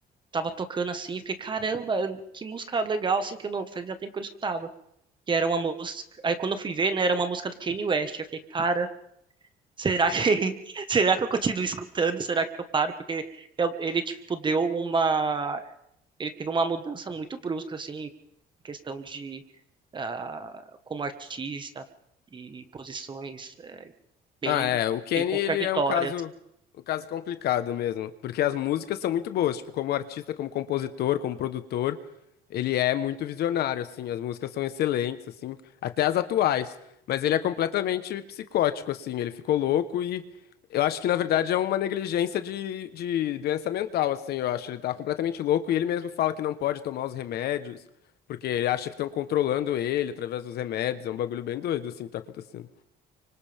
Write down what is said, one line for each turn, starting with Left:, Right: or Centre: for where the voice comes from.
Right: tava tocando assim, fiquei, caramba, que música legal, assim, que eu não fazia tempo que eu não escutava. Que era uma música. Aí quando eu fui ver, né, era uma música do Kanye West. Eu fiquei, cara, será que <laughs> será que eu continuo escutando? Será que eu paro? Porque eu- ele, tipo, deu uma ele teve uma mudança muito brusca, assim, em questão de ah, como artista e posições eh, bem,
Left: Ah, é. O Kenny,
Right: bem contraditórias.
Left: ele é um caso, um caso complicado mesmo, porque as músicas são muito boas, tipo, como artista, como compositor, como produtor, ele é muito visionário, assim, as músicas são excelentes, assim, até as atuais, mas ele é completamente psicótico, assim, ele ficou louco e eu acho que, na verdade, é uma negligência de, de doença mental, assim, eu acho, ele tá completamente louco e ele mesmo fala que não pode tomar os remédios, porque ele acha que estão controlando ele através dos remédios, é um bagulho bem doido, assim, que tá acontecendo.